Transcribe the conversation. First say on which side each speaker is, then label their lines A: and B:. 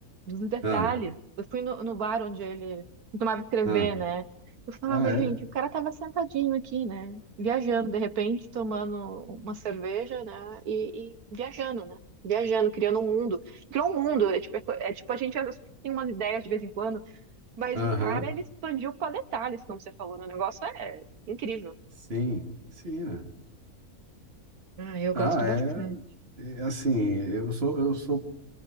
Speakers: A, on the right; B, on the right.
A: dos detalhes,
B: Ah,
A: eu fui no, no bar onde ele tomava escrever,
B: ah,
A: né? Eu falava,
B: ah,
A: gente,
B: é?
A: o cara tava sentadinho aqui, né? Viajando, de repente, tomando uma cerveja, né? E, e viajando, né? Viajando, criando um mundo. Criou um mundo, é tipo, é, co- é tipo a gente às vezes, tem umas ideias de vez em quando. Mas
B: Aham,
A: o cara, ele expandiu para detalhes, como você falou, né? O negócio é incrível.
B: sim, sim. é.
A: Ah, eu gosto
B: Ah, é,
A: bastante.
B: é assim, eu sou, eu sou,